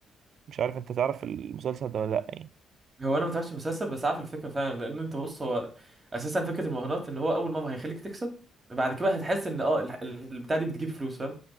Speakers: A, on the right; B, on the right.
A: مش عارف انت تعرف المسلسل ده ولا لأ يعني
B: هو انا ما تابعتش المسلسل بس عارف الفكره فعلا لان انت بص هو اساسا فكره المراهنات ان هو اول مره هيخليك تكسب بعد كده هتحس ان اه ال- ال- البتاع دي بتجيب فلوس فاهم